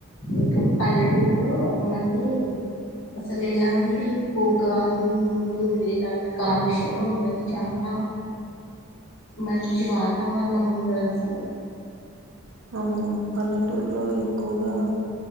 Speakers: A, on the left; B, on the right.
A: ఇంక పల్లెటూర్లో మళ్ళీ అసలు ఎలాంటి పొగ దుమ్ము ధూళ ఇలాంటి కాలుష్యము ఉండదు చాలా మంచి వాతావరణం ఉంటది అసలు
B: అవును పల్లెటూరులో ఎక్కువగా